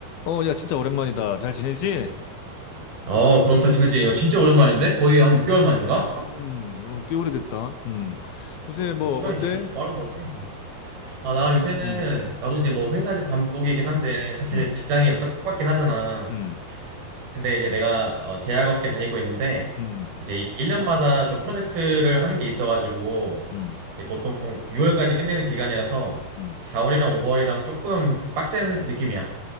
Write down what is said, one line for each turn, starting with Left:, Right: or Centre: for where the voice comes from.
Left: 어, 야, 진짜 오랜만이다. 잘 지내지?
Right: 어, 그럼 잘 지내지. 어, 진짜 오랜만인데? 거의 한 6개월 만인가?
Left: 음, 어, 꽤 오래됐다. 음. 요새
Right: 그러니까
Left: 뭐,
Right: 시간이
Left: 어때?
Right: 진짜 빠른 것 같아. 어. 아, 나 요새는,
Left: 음,
Right: 나도 이제 뭐 회사집 반복이긴 한데, 사실
Left: 음,
Right: 직장이 다 똑같긴 하잖아.
Left: 음,
Right: 근데 이제 내가 어, 제약업계 다니고 있는데,
Left: 음,
Right: 이제 1년마다 좀 프로젝트를 하는 게 있어가지고,
Left: 음,
Right: 이게 보통 6월까지 끝내는 기간이라서,
Left: 음.
Right: 4월이랑 5월이랑 조금 빡센 느낌이야.